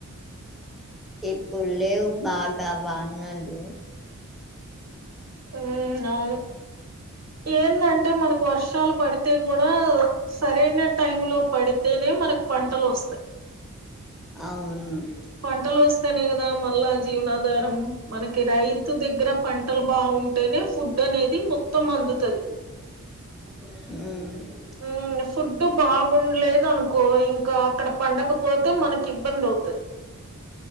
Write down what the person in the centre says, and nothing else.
ఇప్పుడు లేవు బాగా వానలు
అవును
ఊ